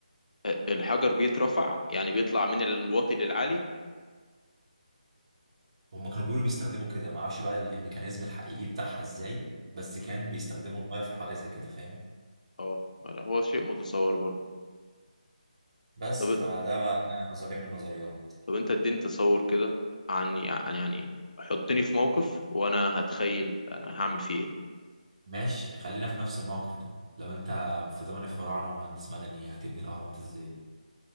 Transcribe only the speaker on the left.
أ- الحجر بيترفع يعني بيطلع من الواطي للعالي
مم.
اه لا، هو شيء متصور برضه
طب
طب انت اديني تصور كده عن يعني يعني حطني في موقف وانا هتخيل انا هعمل فيه ايه